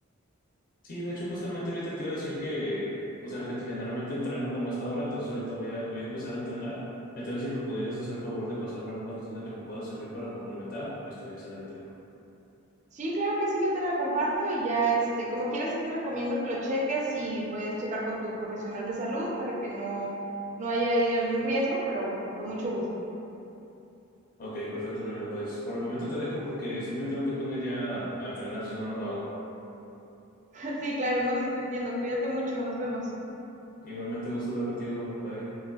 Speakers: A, on the left (about 40°); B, on the right (about 35°).
A: Sí, de hecho, justamente ahorita te iba a decir que, o sea, que generalmente entreno como a esta hora, entonces ahorita voy a, voy a empezar a entrenar. Entonces, si me pudieras hacer favor de pasarme alguna rutina que me pueda servir para complementar, estaría excelente.
B: Sí, claro que sí, yo te la comparto y ya, este, como quieras, sí te recomiendo que lo cheques y puedes checar con tu profesional de salud para que no, no haya ahí algún riesgo, pero con, con mucho gusto.
A: Ok, perfecto, Karina. Pues por el momento te dejo porque sí me tengo que poner ya a entrenar, si no, no lo hago.
B: <laughs> Sí, claro, no, sí te entiendo. Cuídate mucho, nos vemos.
A: Igualmente, gusto hablar contigo. Bye.